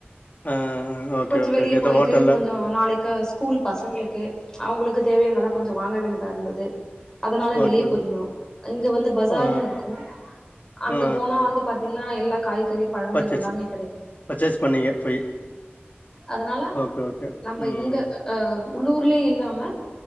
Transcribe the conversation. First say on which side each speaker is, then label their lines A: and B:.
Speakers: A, on the left; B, on the left.
A: ஆஹ் ஓகே
B: கொஞ்சோ
A: ஓகே
B: வெளிய
A: கே இந்த
B: போயிட்டு
A: ஹோட்டல்ல
B: கொஞ்சோ நாளைக்கு ஸ்கூல் பசங்களுக்கு அவங்களுக்கு தேவையானதை
A: ம்.
B: கொஞ்ச வாங்க வே தான் இருந்தது அதனால வெளிய
A: ஓகே ஓகே
B: போயிருந்தோம் இங்க வந்து பஜார்ல
A: ஆ
B: இருக்கோம் அங்க
A: ஆ
B: போனா வந்து பாத்தீங்கா நான் எல்லா காய்கறி பழங்கள்
A: பர்ச்சேஸ்
B: எல்லாமே கெடைக்கு
A: பர்ச்சேஸ் பண்ணீங்க போய்
B: அதனால
A: ஓகே ஓகே
B: நம்ம
A: ம்
B: இங்க அ உள்ளூர்லயே இல்லாம